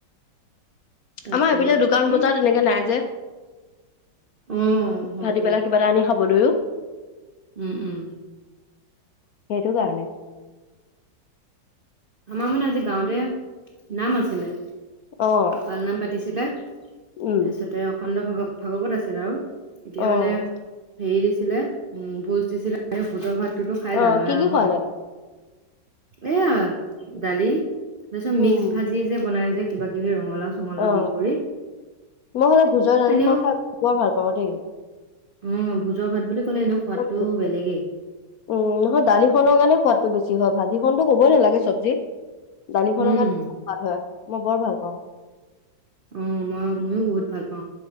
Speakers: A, on the right (about 55°); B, on the left (about 70°).
A: তাকেই
B: আমাৰ এপিনে দোকান
A: এ
B: বজাৰ তেনেকে নাই যে।
A: অ', হয়
B: ভাতি
A: দে
B: বেলা কিবা এটা আনি খাবলৈও।
A: উম, উম,
B: সেইটো কাৰণে।
A: আমাৰ মানে আজি গাঁৱতে নাম আছিলে।
B: অ'।
A: পাল নাম পাতিছিলে,
B: উম
A: তাৰপিছতে অখণ্ড ভাগ-ভাগৱত আছিল আৰু। এতিয়া
B: অ
A: মানে হেৰি দিছিলে উম, ভোজ দিছিলে ভোজৰ ভাত তোটো খাই
B: অ
A: জানয়ে
B: কি
A: আৰু
B: কি খোৱালে?
A: হয়, এয়া দালি তাৰপিছত
B: উম
A: মিক্স ভাজি যে বনাই যে কিবা কিবি ৰঙালাও চঙালাও
B: অ',
A: দি কৰি
B: মই হ'লে ভোজৰ দালিখন
A: এনেও
B: খাই বৰ ভাল পাওঁ দেই।
A: উম, ভোজৰ ভাত বুলি ক'লে এনেও সোৱাদটো
B: বৰ ভাল
A: বেলেগেই।
B: লাগে। উম, নহয় দালিখনৰ কাৰণে সোৱাদটো বেছি হয়, ভাজি খন টো ক'বই নালাগে চব্জি। দালিখনৰ
A: উম,
B: <unintelligible> ভাল হয়, মই বৰ ভাল পাওঁ।
A: অ', মই ময়ো বহুত ভাল পাওঁ,